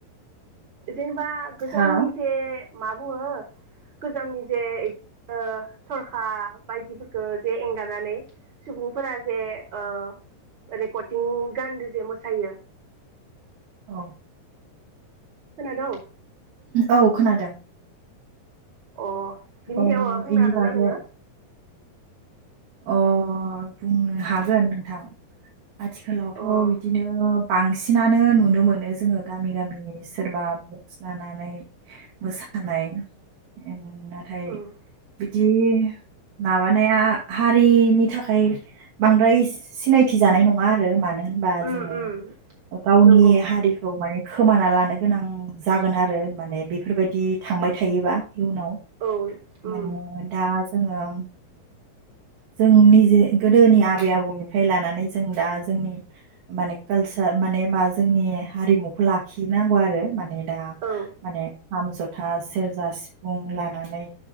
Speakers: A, on the right; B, on the right.
A: जेनेबा गोजामनि
B: हा
A: जे मा बुङो गोजामनि जे इदिनो थरखा बायदिफोरखौ जे एंगारनानै सुबुंफोरा जे ओ रेकतिं गानदो जे मोसायो
B: औ
A: खोनादों
B: औ खोनादों
A: अ बिनि
B: अ
A: सायाव माबा बुंनो
B: इनि
A: हागोन
B: बागै
A: ना नोङो?
B: अ बुंनो हागोन नोंथां आथिखालावथ
A: अ उम
B: बिदिनो बांसिनानो नुनो मोनो जोङो गामि गामि सोरबा लानानै मोसानाय ओं नाथाय
A: उम
B: बिदि माबानाया हारिनि थाखाय बांद्राय सिनायथि जानाय नङा आरो मानो होनबा
A: उम
B: जोङो
A: उम
B: गावनि
A: नंगौ
B: हारिखौ माने खोमाना लानो गोनां जागोन आरो माने बेफोरबायदि थांबाय थायोबा इयुनाव
A: औ उम
B: माने दा जोङो जों निजे गोदोनि आबै आबौनिफ्राय लानानै जों दा जोंनि माने कालसार माने मा जोंनि हारिमुखौ लाखिनांगौ आरो माने दा
A: औ
B: माने खाम जथा सेरजा सिफुं लानानै